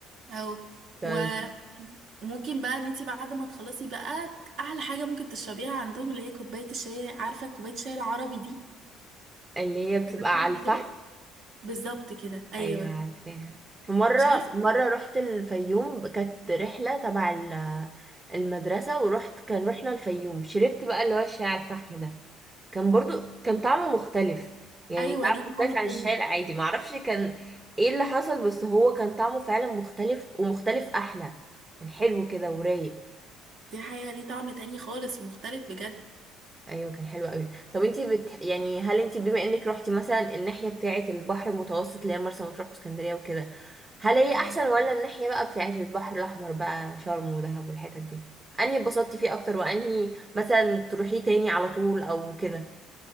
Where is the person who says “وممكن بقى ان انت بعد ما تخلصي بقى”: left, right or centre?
Right